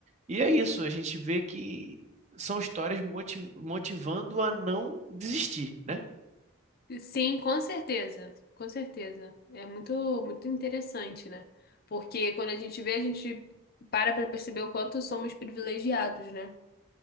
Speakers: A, on the right; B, on the left.
A: E é isso, a gente vê que são histórias moti- motivando a não desistir, né?
B: Sim, com certeza. Com certeza. É muito, muito interessante, né? Porque quando a gente vê, a gente para pra perceber o quanto somos privilegiados, né?